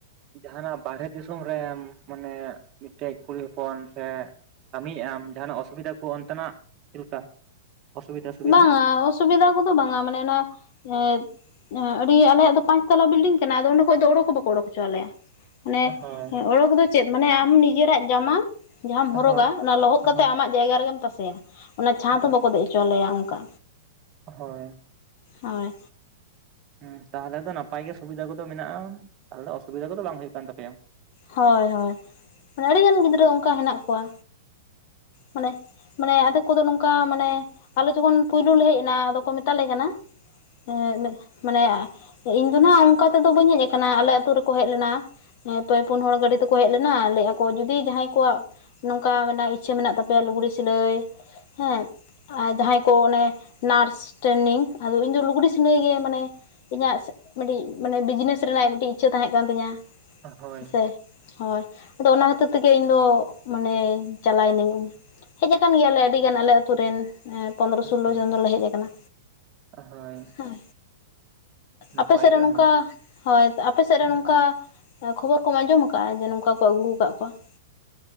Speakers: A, on the right (about 30°); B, on the left (about 45°).
A: ᱡᱟᱦᱟᱱᱟᱜ ᱵᱟᱨᱦᱮ ᱫᱤᱥᱚᱢ ᱨᱮ ᱢᱟᱱᱮ ᱢᱤᱫᱴᱮᱡ ᱠᱩᱲᱤ ᱦᱚᱯᱚᱱ ᱥᱮ ᱠᱟᱹᱢᱤᱭᱮᱫ ᱟᱢ ᱡᱟᱦᱟᱱᱟᱜ ᱚᱥᱩᱵᱤᱫᱟ ᱠᱚ ᱚᱱᱛᱮᱱᱟᱜ ᱪᱮᱫ ᱞᱮᱠᱟ ᱚᱥᱩᱵᱤᱫᱟ ᱥᱩᱵᱤᱫᱟ
B: ᱵᱟᱝᱟ ᱚᱥᱩᱵᱤᱫᱟ ᱠᱚᱫᱚ ᱵᱟᱝᱟ ᱢᱟᱱᱮ ᱚᱱᱟ ᱮ ᱟᱹᱰᱤ ᱟᱞᱮᱭᱟᱜ ᱫᱚ ᱯᱟᱸᱪᱛᱟᱞᱟ ᱵᱤᱞᱰᱤᱝ ᱠᱟᱱᱟ ᱟᱫᱚ ᱚᱸᱰᱮ ᱠᱷᱚᱱᱚᱡ ᱫᱚ ᱚᱰᱚᱠ ᱠᱚ ᱵᱟᱠᱚ ᱚᱰᱚᱠ ᱦᱚᱪᱚᱣᱟ ᱞᱮᱭᱟ ᱾ ᱢᱟᱱᱮ
A: ᱦᱳᱭ
B: ᱚᱰᱳᱠ ᱫᱚ ᱪᱮᱫ ᱢᱟᱱᱮ ᱟᱢ ᱱᱤᱡᱮᱨᱟᱜ ᱡᱟᱢᱟ ᱡᱟᱦᱟᱸᱟᱢ ᱦᱚᱨᱚᱜᱟ
A: ᱦᱳᱭ
B: ᱚᱱᱟ ᱞᱚᱦᱚᱫ
A: ᱦᱳᱭ
B: ᱠᱟᱛᱮ ᱟᱢᱟᱜ ᱡᱟᱭᱜᱟ ᱨᱮᱜᱮᱢ ᱛᱟᱥᱮᱭᱟ ᱚᱱᱟ ᱪᱷᱟᱸᱫ ᱦᱚᱸ
A: ᱦᱳᱭ
B: ᱵᱟᱠᱚ ᱫᱮᱡ ᱦᱚᱪᱚ ᱣᱟᱞᱮᱭᱟ ᱚᱱᱠᱟ
A: ᱦᱳᱭ
B: ᱦᱳᱭ
A: ᱦᱸ ᱛᱟᱦᱚᱞᱮ ᱫᱚ ᱱᱟᱯᱟᱭ ᱜᱮ ᱥᱩᱵᱤᱫᱟ ᱠᱚᱫᱚ ᱢᱮᱱᱟᱜᱼᱟ ᱛᱟᱦᱚᱞᱮ ᱫᱚ ᱚᱥᱩᱵᱤᱫᱟ ᱠᱚᱫᱚ ᱵᱟᱝ ᱦᱩᱭᱩᱜ ᱠᱟᱱ ᱛᱟᱯᱮᱭᱟ ᱾
B: ᱦᱳᱭ ᱦᱳᱭ ᱢᱟᱱᱮ ᱟᱹᱰᱤ ᱜᱟᱱ ᱜᱤᱫᱽᱨᱟᱹ ᱚᱱᱠᱟ ᱦᱮᱱᱟᱜ ᱠᱚᱣᱟ ᱢᱟᱱᱮ ᱢᱟᱱᱮ ᱟᱫᱷᱮᱠ ᱠᱚᱫᱚ ᱱᱚᱝᱠᱟ ᱢᱟᱱᱮ ᱟᱞᱮ ᱡᱚᱠᱷᱚᱱ ᱯᱩᱭᱞᱩ ᱞᱮ ᱦᱮᱡ ᱮᱱᱟ ᱟᱫᱚ ᱠᱚ ᱢᱮᱛᱟᱞᱮ ᱠᱟᱱᱟ ᱾ ᱢᱟᱱᱮ ᱤᱧ ᱫᱚ ᱦᱟᱜ ᱚᱱᱠᱟ ᱛᱮᱫᱚ ᱵᱟᱹᱧ ᱦᱮᱡ ᱟᱠᱟᱱᱟ ᱟᱞᱮ ᱟᱹᱛᱩ ᱨᱮᱠᱚ ᱦᱮᱡ ᱞᱮᱱᱟ ᱾ ᱯᱮ ᱯᱩᱱ ᱦᱚᱲ ᱜᱟᱹᱰᱤ ᱛᱮᱠᱚ ᱦᱮᱡ ᱞᱮᱱᱟ ᱞᱟᱹᱭ ᱟᱠᱚ ᱡᱩᱫᱤ ᱡᱟᱦᱟᱸᱭ ᱠᱚᱣᱟᱜ ᱾ ᱱᱚᱝᱠᱟ ᱢᱮᱱᱟᱜ ᱤᱪᱷᱟᱹ ᱢᱮᱱᱟᱜ ᱛᱟᱯᱮᱭᱟ ᱞᱩᱜᱽᱲᱤ ᱥᱤᱞᱟᱹᱭ ᱦᱮᱸ ᱟᱨ ᱡᱟᱦᱟᱸᱭ ᱠᱚ ᱚᱱᱮ ᱱᱟᱨᱥ ᱴᱨᱮᱱᱤᱝ ᱟᱫᱚ ᱤᱧ ᱫᱚ ᱞᱩᱜᱽᱲᱤ ᱥᱤᱞᱟᱹᱭ ᱜᱮ ᱢᱟᱱᱮ ᱤᱧᱟᱹᱜ ᱢᱤᱫᱴᱤᱡ ᱢᱟᱱᱮ ᱵᱤᱡᱽᱱᱮᱥ ᱨᱮᱱᱟᱜ ᱢᱤᱫᱴᱤᱡ ᱤᱪᱪᱷᱟᱹ ᱛᱟᱦᱮᱸ ᱠᱟᱱ ᱛᱤᱧᱟ ᱾
A: ᱦᱳᱭ,
B: ᱦᱮᱸ ᱥᱮ ᱦᱳᱭ ᱟᱫᱚ ᱚᱱᱟ ᱠᱷᱟᱹᱛᱤᱨ ᱛᱮᱜᱮ ᱤᱧ ᱫᱚ ᱢᱟᱱᱮ ᱪᱟᱞᱟᱣ ᱮᱱᱟᱹᱧ ᱦᱮᱡ ᱟᱠᱟᱱ ᱜᱮᱭᱟᱞᱮ ᱟᱹᱰᱤ ᱜᱟᱱ ᱟᱞᱮ ᱟᱛᱩ ᱨᱮᱱ ᱯᱚᱱᱨᱚ ᱥᱳᱞᱞᱳ
A: ᱦᱳᱭ,
B: ᱡᱚᱱ ᱫᱚᱞᱮ ᱦᱮᱡ ᱟᱠᱟᱱᱟ
A: ᱦᱳᱭ,
B: ᱦᱮᱸ
A: ᱱᱟᱯᱟᱭ
B: ᱟᱯᱮ ᱥᱮᱫ ᱨᱮ
A: ᱜᱮ ᱚᱱᱟ
B: ᱱᱚᱝᱠᱟ
A: ᱦᱚᱸ
B: ᱦᱳᱭ ᱟᱯᱮ ᱥᱮᱫ
A: ᱦᱮᱸ,
B: ᱨᱮ ᱱᱚᱝᱠᱟ ᱾ ᱠᱷᱚᱵᱚᱨ ᱠᱚᱢ ᱟᱸᱡᱚᱢ ᱟᱠᱟᱫᱼᱟ ᱡᱮ ᱱᱚᱝᱠᱟ ᱠᱚ ᱟᱹᱜᱩ ᱟᱠᱟᱫ ᱠᱚᱣᱟ ᱾